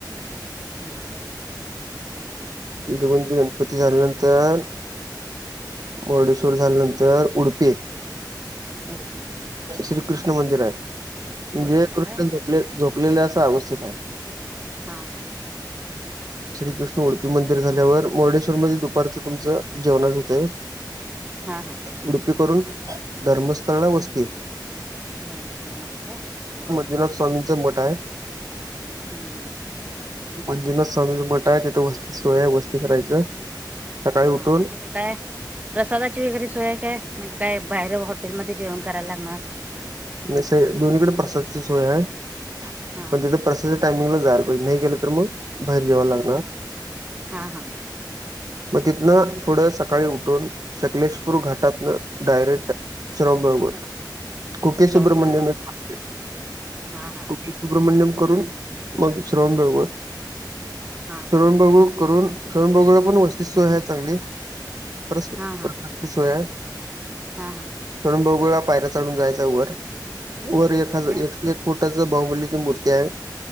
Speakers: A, on the right; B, on the right.
A: हम्म बर का मप
B: दोघन गणपती झाल्यानंतर मुर्डेश्वर झाल्यानंतर उडुपी
A: उडपी
B: श्रीकृष्ण मंदिर आहे म्हणजे
A: उडपीला
B: कृष्ण
A: काय
B: झोपले झोपलेले असं अवस्थित आहे
A: हा हा
B: <unintelligible> श्रीकृष्ण उडपी मंदिर झाल्यावर मुर्डेश्वर मध्ये दुपारचं तुमचं जेवणच होतंय
A: हा हा
B: उडपी करून धर्मस्थळला वसते
A: धर्मस्थळ मध्ये काय बरं
B: विरोद स्वामींचं मठा आहे
A: हम् हम्
B: म्हणजे ना समी मटा आहे तिथे वस्ती सोय वस्ती करायचं सकाळी उठून
A: हा मगज ते काय प्रसादाची वगैरे सोय काय म्हणजे काय बाहेर हॉटेलमध्ये जेवण करायला लागणार
B: नाही स दोन्हीकडे प्रसादची सोय आहे
A: हा
B: पण
A: हा
B: तिथे प्रसाद त्या टायमिंगला जायला पाहिजे नाही गेले तर मग बाहेर जेव्हा लागणार
A: हा हा
B: <unintelligible> मग तिथनं थोडं सकाळी उठून शकलेशपूर घाटातन डायरेक्ट श्रम बकु कुके सुब्रमण्यमुक
A: श्रवण बेळगोळ हा हा
B: सुब्रमण्यम करून मग श्रवण बेळळ
A: हा
B: श्रवण
A: हा
B: बेगळ करून स्वयं बगळ पण वस्तती सव आहे चांगली पर
A: हा हा
B: सोया
A: हा हा
B: सणण बह वळा पायऱ चढून जायचा वर वरख
A: होय काय
B: एक एक फोटच बाहुबलीची मूर्ती आहे